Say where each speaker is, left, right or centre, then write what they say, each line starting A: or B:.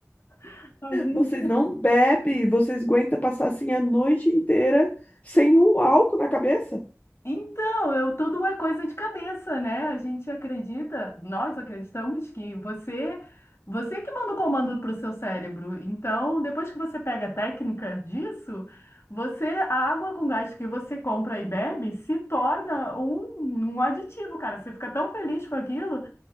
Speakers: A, on the left (about 50°); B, on the left (about 25°).
A: <laughs> Tadinho.
B: Vocês não bebem, vocês aguentam passar assim a noite inteira sem um álcool na cabeça?
A: Então, eu, tudo é coisa de cabeça, né? A gente acredita, nós acreditamos que você, você que manda o comando para o seu cérebro. Então, depois que você pega a técnica disso, você, a água com gás que você compra e bebe se torna um, um aditivo, cara. Você fica tão feliz com aquilo